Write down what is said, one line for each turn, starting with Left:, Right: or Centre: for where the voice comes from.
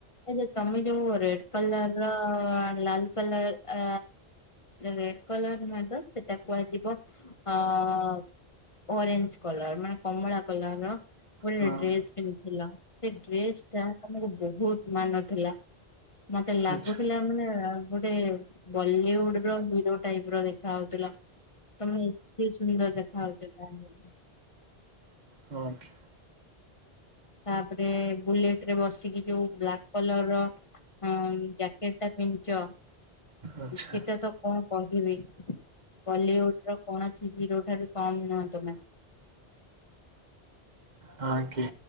Left: ଏ ତମେ ଯୋଉ ରେଡ୍ କଲର୍-ଅ-ଅ-ଅ ଲାଲ କଲର୍ ଆ ରେଡ କଲର ନୁହେଁ ତ ସେଇଟା କୁହାଯିବ ଅ-ଅ-ଅ-ଅ ଓରେଞ୍ଜ କଲର ମାନ କମଳା କଲର ଳର ଗୋଟେ
Right: ହଁ
Left: ଡ୍ରେସ ପିନ୍ଧିଥିଲ ସେ ଡ୍ରେସ ଟା ତମକୁ ବହୁତ ମାନୁଥିଲା। ମତେ ଲାଗୁଥିଲା
Right: ଆଚ୍ଛା
Left: ମାନେ-ଏ-ଏ ଗୋଟେ ବଲିଉଡ଼ ର ହିରୋ ଟାଇପ ର ଦେଖା ଯାଉଥିଲ ତମେ ଏତେ ସୁନ୍ଦର ଦେଖା ଯାଉଥିଲ।
Right: ହଠ
Left: ତାପରେ ବୁଲେଟ ରେ ବସିକି ଯୋଉ ବ୍ଲାକ୍ କଲର ର କେଟା ପଞ୍ଚ
Right: ଆଚ୍ଛା
Left: ସେଟା ତ କଣ କହିବି ବଲିଉଡ ର କଣ ଅଛି ହିରୋ ଠାରୁ କମ୍ ହଁ ତମେ
Right: ହଁ କି